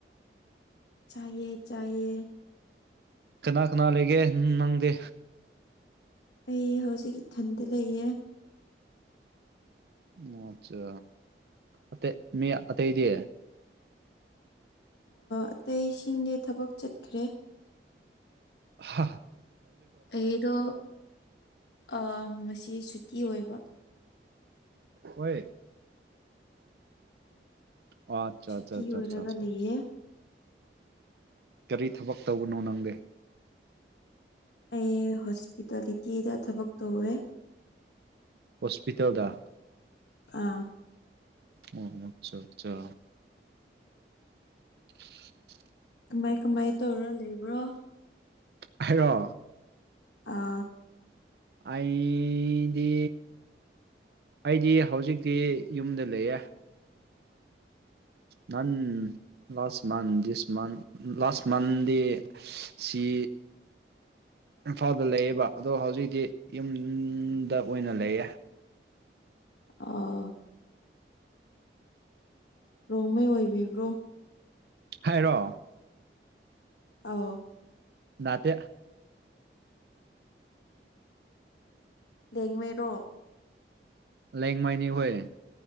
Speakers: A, on the left; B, on the right.
A: ꯆꯥꯏꯌꯦ ꯆꯥꯏꯌꯦ
B: ꯀꯅꯥ ꯀꯅꯥ ꯂꯩꯒꯦ ꯅꯪꯗꯦ
A: ꯑꯩ ꯍꯧꯖꯤꯛ ꯏꯊꯟꯗ ꯂꯩꯌꯦ
B: ꯑꯣ ꯑꯠꯆꯥ ꯑꯇꯩ ꯃꯤ ꯑꯇꯩꯗꯤ
A: ꯑꯇꯩꯁꯤꯡꯗꯤ ꯊꯕꯛ ꯆꯠꯈ꯭ꯔꯦ
B: ꯍꯥ
A: ꯑꯩꯗꯣ ꯑꯥ ꯉꯁꯤ ꯁꯨꯇꯤ ꯑꯣꯏꯕ
B: ꯍꯣꯏ ꯑꯣ ꯑꯠꯆꯥ
A: ꯁꯨꯇꯤ
B: ꯑꯠꯆꯥ ꯑꯠꯆꯥ
A: ꯑꯣꯏꯔꯒ
B: ꯑꯠꯆꯥ
A: ꯂꯩꯌꯦ
B: ꯀꯔꯤ ꯊꯕꯛ ꯇꯧꯕꯅꯣ ꯅꯪꯗꯦ
A: ꯑꯩ ꯍꯣꯁꯄꯤꯇꯥꯂꯤꯇꯤꯗ ꯊꯕꯛ ꯇꯧꯋꯦ
B: ꯍꯣꯁꯄꯤꯇꯥꯦꯜꯗꯗꯥ
A: ꯑꯥ
B: ꯑꯣ ꯑꯆꯥ ꯑꯆꯥ <inaudible>
A: ꯀꯃꯥꯏ ꯀꯃꯥꯏ ꯇꯧꯔ ꯂꯩꯕ꯭ꯔꯣ
B: ꯍꯥꯏꯂꯣ
A: ꯑꯥ
B: ꯑꯩꯗꯤ ꯑꯩꯗꯤ ꯍꯧꯖꯤꯛꯇꯤ ꯌꯨꯝꯗ ꯂꯩꯌꯦ ꯅꯪ ꯂꯥꯁ ꯃꯟ ꯗꯤꯁ ꯃꯟ ꯂꯥꯁ ꯃꯟꯗꯦꯁꯤ ꯏꯝꯐꯥꯜꯗ ꯂꯩꯌꯦꯕ ꯑꯗꯣ ꯍꯧꯖꯤꯛꯇꯤ ꯌꯨꯝꯗ ꯑꯣꯏꯅ ꯂꯩꯌꯦ
A: ꯑꯣ ꯔꯣꯡꯃꯩ ꯑꯣꯏꯕꯤꯕ꯭ꯔꯣ
B: ꯍꯥꯏꯔꯣ
A: ꯑꯥꯎ
B: ꯅꯅꯥꯇꯦ
A: ꯂꯦꯡꯃꯔꯣ
B: ꯂꯦꯡ ꯃꯥꯏꯅꯤ ꯍꯌꯦ